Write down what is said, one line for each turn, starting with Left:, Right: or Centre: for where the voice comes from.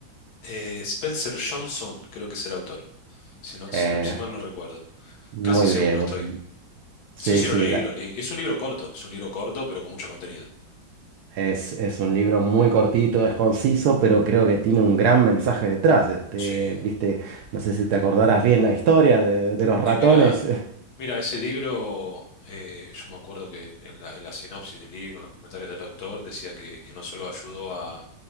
Left: eh, Spencer Johnson creo que es el autor. Si no, si
Right: Eh,
Left: no, si mal no recuerdo.
Right: muy
Left: Casi seguro
Right: bien,
Left: estoy.
Right: muy bien. Sí,
Left: Sí, sí,
Right: sí,
Left: lo leí,
Right: la-
Left: lo leí. Es un libro corto, es un libro corto, pero con mucho contenido.
Right: es, es un libro muy cortito, es conciso, pero creo que tiene un gran mensaje detrás. Este,
Left: Sí.
Right: viste, no sé si te acordarás bien la historia de, de los ratones.
Left: Y mira,
Right: <laughs>
Left: Mira, ese libro, eh, yo me acuerdo que en la, en la sinopsis del libro, en los comentarios del autor, decía que, que no solo ayudó a,